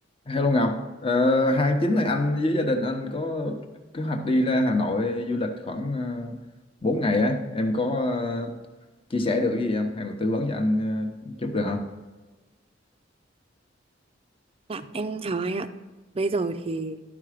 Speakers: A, on the left; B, on the right.
A: Hello Ngọc, ờ, hai tháng chín này anh với gia đình anh có kế hoạch đi ra Hà Nội du lịch khoảng uh, 4 ngày á, em có ờ, chia sẻ được gì không hay là tư vấn cho anh ờ, chút được không?
B: Dạ, em chào anh ạ. Bây giờ thì